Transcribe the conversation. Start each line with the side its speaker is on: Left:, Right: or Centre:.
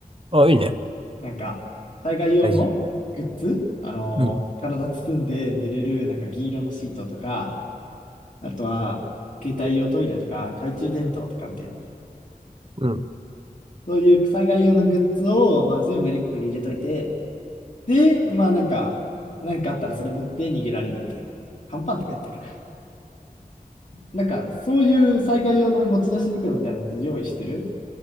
Right: あ、いいね。
Left: なんか、災害用のグッズ、
Right: 大事。
Left: あのー体包んで寝れる、
Right: うん。
Left: なんか銀色のシートとか、あとは、携帯用トイレとか、懐中電灯とかみたいな。
Right: うん。
Left: そういう災害用のグッズを、まあ、全部リュックに入れといて、で、まあなんか、なんかあったらそれ持って逃げられるみたいな。乾パンとかやったかな。なんか、そういう災害用の持ち出し袋みたいなのって用意してる